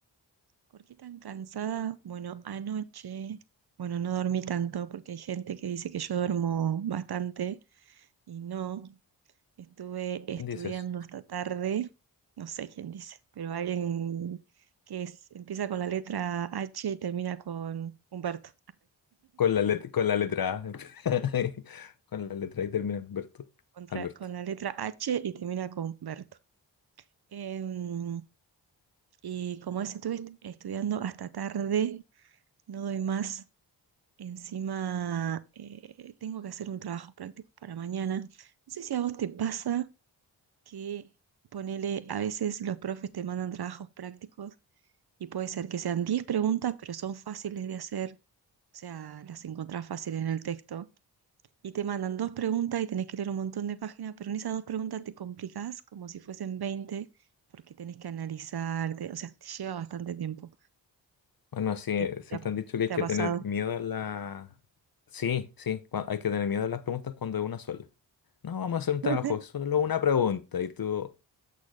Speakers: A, on the right; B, on the left.
A: ¿por qué tan cansada? Bueno, anoche, bueno, no dormí tanto porque hay gente que dice que yo duermo bastante y no, estuve
B: ¿Quién
A: estudiando
B: dice eso?
A: hasta tarde, no sé quién dice, pero alguien que es- empieza con la letra H y termina con Humberto.
B: Con la letra, con la letra A. <laughs> Con la letra A y termina Alberto.
A: contra-
B: Alberto.
A: con la letra H y termina con Berto. Em, y como es, estuve est- estudiando hasta tarde, no doy más. Encima, eh, tengo que hacer un trabajo práctico para mañana. No sé si a vos te pasa que ponele, a veces los profes te mandan trabajos prácticos y puede ser que sean 10 preguntas, pero son fáciles de hacer, o sea, las encontrás fácil en el texto y te mandan dos preguntas y tenés que leer un montón de páginas, pero en esas dos preguntas te complicás como si fuesen 20 porque tenés que analizar, te- o sea, te lleva bastante tiempo.
B: Bueno, sí,
A: ¿Te,
B: siempre
A: te ha,
B: han dicho que hay
A: te
B: que
A: ha pasado?
B: tener miedo a la... Sí, sí, cua- hay que tener miedo a las preguntas cuando es una sola. No, vamos a hacer un trabajo,
A: <laughs>
B: solo una pregunta. Y tú,